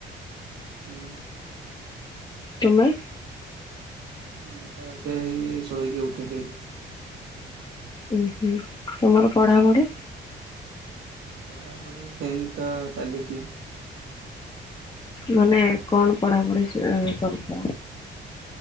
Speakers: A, on the right; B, on the left.
A: ହୁଁ।
B: ତୁମେ?
A: ମୁଁ ତ ଏବେ ହେଇ ଶୋଇକି ଉଠିଚି।
B: ଉଁ ହୁଁ ତମର ପଢାପଢା?
A: ପଢ଼ାପଢ଼ି ସେମ ତ ଚାଲିଚି।
B: ମାନେ କଣ ପଢାପଢି ସେ କରୁଚ?